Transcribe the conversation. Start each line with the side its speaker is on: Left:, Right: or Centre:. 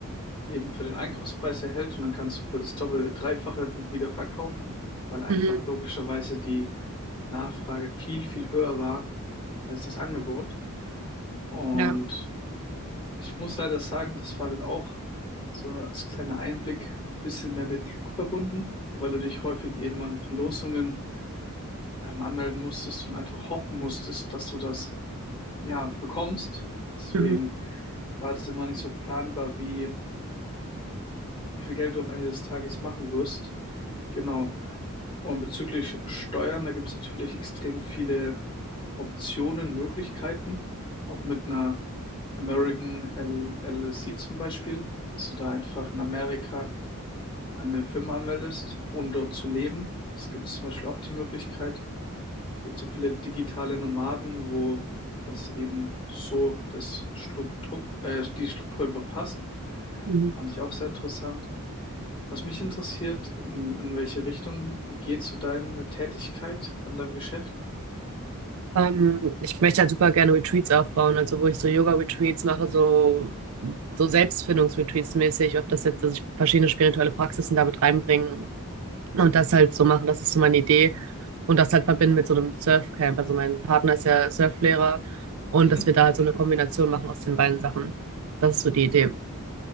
Left: eben für den Einkaufspreis erhält und dann kannst du für das Doppelte, Dreifache die wieder verkaufen, weil einfach
Right: Mhm.
Left: logischerweise die Nachfrage viel, viel höher war als das Angebot. Und
Right: Ja.
Left: ich muss leider sagen, das war halt auch so als kleiner Einblick ein bisschen mehr mit Glück verbunden, weil du dich häufig eben an Verlosungen ähm, anmelden musstest und einfach hoffen musstest, dass du das ja, bekommst. Deswegen
Right: Mhm.
Left: war das immer nicht so planbar, wie, wie viel Geld du am Ende des Tages machen wirst. Genau. Und bezüglich Steuern, da gibt es natürlich extrem viele Optionen, Möglichkeiten. Auch mit einer American L LLC zum Beispiel, dass du da einfach in Amerika eine Firma anmeldest, ohne dort zu leben. Es gibt zum Beispiel auch die Möglichkeit gibt so viele digitale Nomaden, wo das eben so das Struktur, äh, die Struktur einfach passt.
Right: Mhm.
Left: Fand ich auch sehr interessant. Was mich interessiert, in, in welche Richtung geht so deine Tätigkeit von deinem Geschäft?
Right: Ähm, ich möchte halt super gerne Retreats aufbauen, also wo ich so Yoga-Retreats mache, so, so Selbstfindungs-Retreats mäßig, ob das jetzt, dass ich verschiedene spirituelle Praxisen damit reinbringe und das halt so mache, das ist so meine Idee und das halt verbinden mit so einem Surfcamp. Also mein Partner ist ja Surflehrer und
Left: Mhm.
Right: dass wir da halt so eine Kombination machen aus den beiden Sachen. Das ist so die Idee.